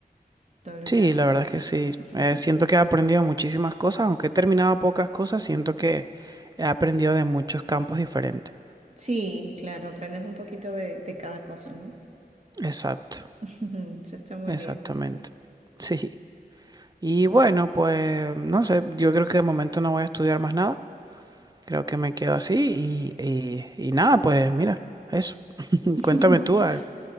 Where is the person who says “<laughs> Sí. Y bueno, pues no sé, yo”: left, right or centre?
Right